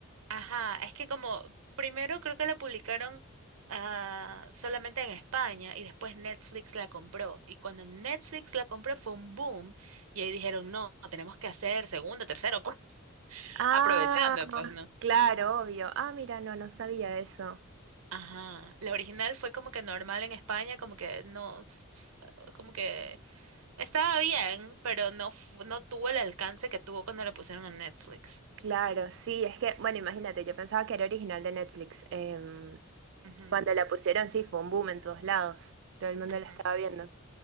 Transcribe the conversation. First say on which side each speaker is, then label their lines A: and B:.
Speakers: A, on the right (about 75°); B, on the right (about 60°).
A: Ajá, es que como primero creo que la publicaron ah, solamente en España y después Netflix la compró. Y cuando Netflix la compró fue un boom y ahí dijeron, no, tenemos que hacer segunda, tercera, o cuarta", <laughs>
B: Ah,
A: aprovechando, pues, ¿no?
B: claro, obvio. Ah, mira, no, no sabía eso.
A: Ajá, la original fue como que normal en España, como que no, f- como que estaba bien, pero no, fu- no tuvo el alcance que tuvo cuando la pusieron en Netflix.
B: Claro, sí, es que, bueno, imagínate, yo pensaba que era original de Netflix. Em,
A: Ujú,
B: cuando la pusieron, sí, fue un boom en todos lados. Todo el mundo
A: ujú,
B: la estaba viendo.